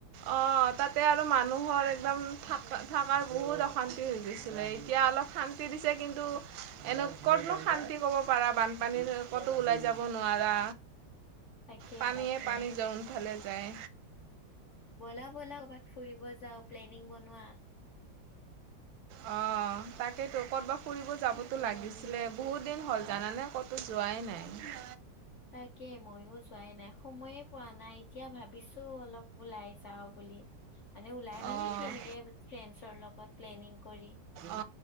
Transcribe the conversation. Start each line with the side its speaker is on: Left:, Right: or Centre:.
Right: অ তাতে আৰু মানুহৰ একদম থ থকাৰ বহুত অশান্তি হৈ গৈছিলে, এতিয়া অলপ শান্তি দিছে কিন্তু, এনে ক'তনো শান্তি ক'ব পাৰা বানপানী ক'তো ওলাই যাব নোৱাৰা।
Left: তাকে
Right: পানীয়ে
Left: তাকে
Right: পানী যোনফালে যায়।
Left: বলা বলা কৰ'বাত ফুৰিব যাওঁ, প্লেনিং বনোৱা
Right: অঁ তাকেতো ক'ৰবাত ফুৰিব যাবতো লাগিছিলে, বহুত দিন হ'ল জানানে ক'ত যোৱাই নাই।
Left: তাকে মইয়ো যোৱাই নাই, সময়ে পোৱা নাই, এতিয়া ভাবিছো অলপ ওলাই যাওঁ। বুলি মানে ওলাই মানে
Right: অঁ
Left: কি এনেকে ফ্ৰেণ্ডছৰ লগত প্লেনিং কৰি।
Right: অ,